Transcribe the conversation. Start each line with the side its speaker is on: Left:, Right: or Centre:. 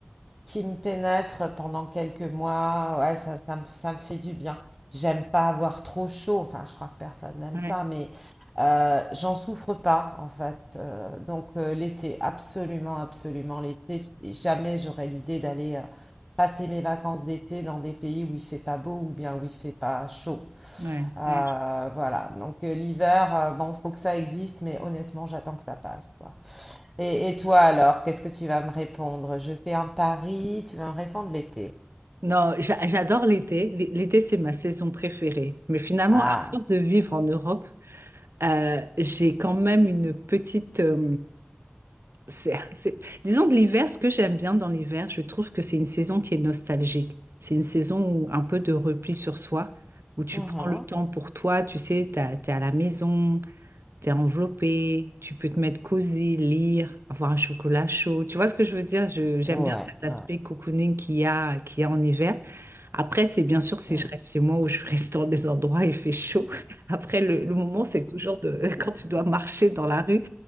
Centre: qui me pénètrent pendant quelques mois. Ouais, ça, ça me, ça me fait du bien. J'aime pas avoir trop chaud, enfin je crois que personne n'aime
Right: ouais,
Centre: ça, mais euh, j'en souffre pas en fait. Euh, donc euh, l'été, absolument, absolument l'été. Et Jamais j'aurais l'idée d'aller euh, passer mes vacances d'été dans des pays où il fait pas beau ou bien où il fait pas chaud.
Right: ouais,
Centre: Euh,
Right: ouais.
Centre: voilà, donc euh, l'hiver, euh, bon, faut que ça existe, mais honnêtement j'attends que ça passe quoi. Et, et toi alors, qu'est-ce que tu vas me répondre? Je fais un pari, tu vas me répondre l'été.
Right: Non, j'a- j'adore l'été. L- L'été, c'est ma saison préférée. Mais finalement,
Centre: Ah,
Right: à force de vivre en Europe, euh, j'ai quand même une petite... euh, c'est- c'est- disons que l'hiver, ce que j'aime bien dans l'hiver, je trouve que c'est une saison qui est nostalgique. C'est une saison où un peu de repli sur soi, où tu
Centre: mhm.
Right: prends le temps pour toi, tu sais, t'as- t'es à la maison, t'es enveloppé, tu peux te mettre cosy, lire, avoir un chocolat chaud. Tu vois ce que je veux dire? Je, j'aime
Centre: Ouais,
Right: bien cet aspect
Centre: ouais.
Right: cocooning qu'il y a, qu'il y a en hiver. Après, c'est bien sûr si
Centre: Mm.
Right: je reste chez moi ou je reste dans des endroits où il fait chaud. Après, le, le moment, c'est toujours de, <laughs> quand tu dois marcher dans la rue.